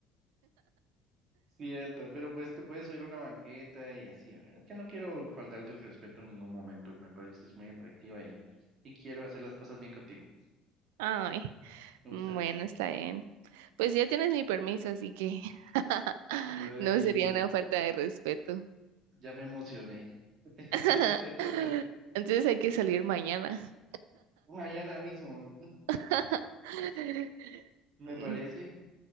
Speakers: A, on the right; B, on the right.
A: Cierto, pero pues te puedes subir a una banqueta y así. ¿verdad? Es que no quiero faltarte el respeto en ningún momento. Me pareces muy atractiva y, y quiero hacer las cosas bien contigo.
B: Ay,
A: Me
B: bueno,
A: gustaría.
B: está bien. Pues ya tienes mi permiso, así que <laughs>
A: Uy,
B: no sería una falta de respeto.
A: ya me emocioné. <laughs>
B: <laughs> Entonces hay que salir mañana.
A: Mañana mismo,
B: <laughs>
A: me
B: Mm,
A: parece.